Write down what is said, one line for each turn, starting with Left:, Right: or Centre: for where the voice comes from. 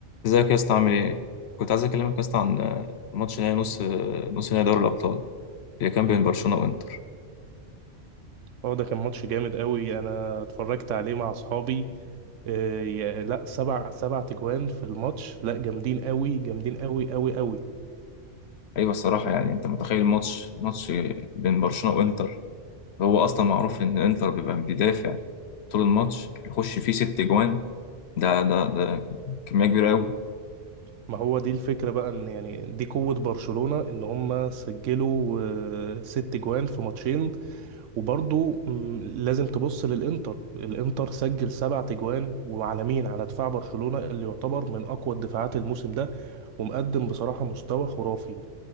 Left: ازيك يا اسطى عامل ايه؟ كنت عايز اكلمك يا اسطى عن آه، ماتش نهائي نص آه، نص نهائي دوري الابطال اللي كان بين برشلونه وانتر
Right: هو ده كان ماتش جامد قوي انا اتفرجت عليه مع اصحابي آه، يا- لا سبع سبع تجوان في الماتش لا جامدين قوي جامدين قوي قوي قوي
Left: ايوه الصراحه يعني انت متخيل ماتش ماتش بين برشلونه وانتر هو اصلا معروف ان انتر بيبقى بيدافع طول الماتش يخش فيه ست جوان ده ده ده كميه كبيره قوي
Right: ما هو دي الفكرة بقى ان يعني دي قوة برشلونة ان هم سجلوا آه، ست جوان في ماتشين وبرضو مم، لازم تبص للانتر الانتر سجل سبع تجوان وعلى مين على دفاع برشلونة اللي يعتبر من اقوى الدفاعات الموسم ده ومقدم بصراحة مستوى خرافي